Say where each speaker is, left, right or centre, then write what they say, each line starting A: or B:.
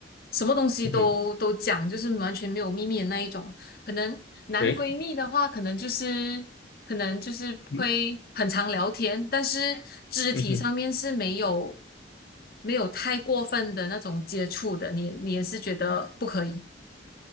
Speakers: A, on the left; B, on the left.
A: 什么东西都都讲，
B: 嗯哼，
A: 就是完全没有秘密的那一种。可能男闺蜜的话，
B: 诶，
A: 可能就是可能就是会很常聊天，
B: 嗯
A: 但是肢体上面是没有
B: 嗯哼，
A: 没有太过分的那种接触的，你你也是觉得不可以。